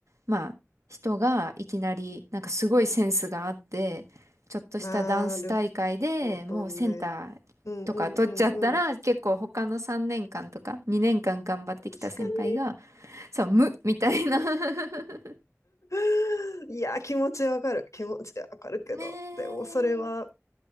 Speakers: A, on the right (about 75°); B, on the left (about 75°).
A: まあ人がいきなり、なんかすごいセンスがあって、ちょっとしたダンス大会でもうセンターとか取っちゃったら、
B: なるほどね。うんうんうんうん。
A: 結構他の3年間とか2年間頑張ってきた先輩が、
B: 確かに。
A: そう、無みたいな <laughs>
B: <laughs> いや、気持ちわかる。気持ちわかるけど。
A: ねえ、
B: でもそれは、